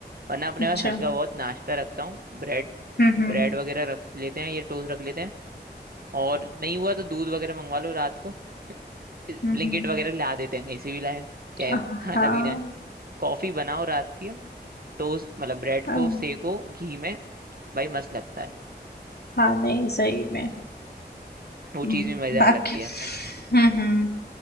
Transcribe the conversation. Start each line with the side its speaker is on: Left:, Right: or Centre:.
Right: वरना अपने
Left: अच्छा
Right: पास हल्का बहुत नाश्ता रखता हूँ ब्रेड
Left: हम्म हम्म
Right: ब्रेड वगैरह रख लेते हैं या टोस्ट रख लेते हैं और नहीं हुआ तो दूध वगैरह मंगवा लो रात को ब्लिंकेट
Left: हम्म हम्म
Right: वगैरह ला देते हैं कहीं से भी लाए क्या है
Left: हाँ
Right: खाना पीना है कॉफी बनाओ रात की टोस्ट मतलब ब्रेड
Left: हाँ
Right: को सेको घी में भाई मस्त लगता है
Left: हाँ, नहीं सही में
Right: वो
Left: म,
Right: चीज़ भी मजेदार
Left: बाकी
Right: लगती है
Left: हम्म हम्म